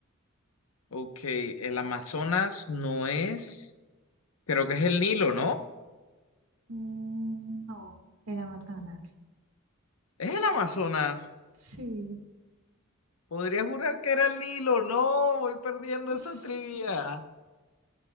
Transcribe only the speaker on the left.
ok. El Amazonas no es, creo que es el Nilo, ¿no?
Es el Amazonas.
Podría jurar que era el Nilo. No, voy perdiendo
esa trivia.